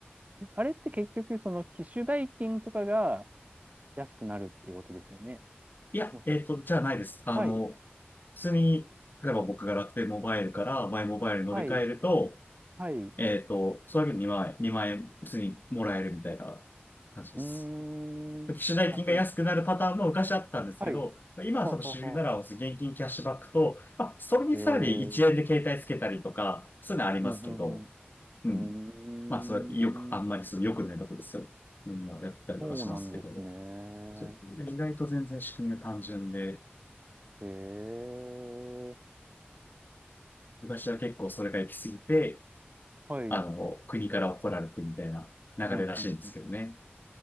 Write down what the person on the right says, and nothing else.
えあれって結局その機種代金とかが安くなるっていうことですよね。
もう
はい。
はい。はい。う
ーん。
あ、じゃあ、はい。
ははは。
へえ。うん
うんうん。
うーん。
そうなんですね。
へえ。
はい。
うん、うん、うん。